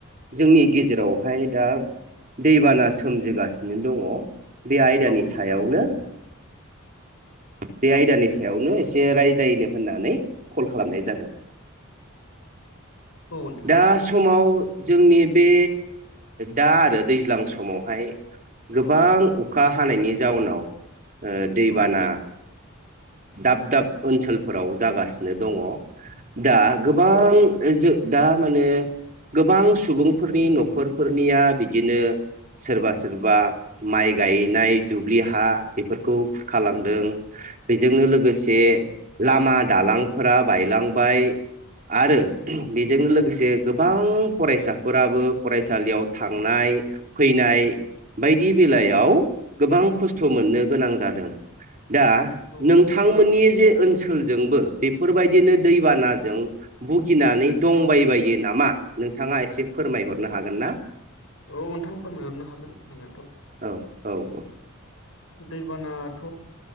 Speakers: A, on the right; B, on the left.
A: जोंनि गेजेरावहाय दा दैबाना सोमजिगासिनो दङ। बे आयदानि
B: औ
A: सायावनो
B: नोंथां
A: बे आयदानि
B: औ
A: सायावनो एसे रायज्लायनो होननानै कल खालामनाय जादों।
B: औ नोंथां
A: दा समाव जोंनि बे दा आरो दैज्लां समाव हाय गोबां
B: औ
A: अखा हानायनि जाउनाव दैबाना
B: औ
A: दाब दाब ओनसोलफोराव जागासिनो दङ। दा गोबां जो दा माने गोबां सुबुंफोरनि न'खरफोरनिया बिदिनो सोरबा सोरबा माइ गायनाय दुब्लि हा बेफोरखौ खुरखालांदों। बेजोंनो लोगोसे लामा दालांफोरा बायलांबाय। आरो बेजों लोगोसे गोबां फरायसाफोराबो फरायसालियाव थांनाय फैनाय बायदि बेलायाव गोबां खस्थ' मोननो गोनां जादों दा
B: औ नोंथां
A: नोंथांमोननि जे ओनसोलजोंबो बेफोरबायदिनो दैबानाजों भुगिनानै दंबायबायो नामा? नोंथाङा एसे फोरमायहरनो हागोन ना।
B: औ नोंथां फोरमायहरनो हागोन आंहाथ'
A: औ औ औ
B: दैबानाथ'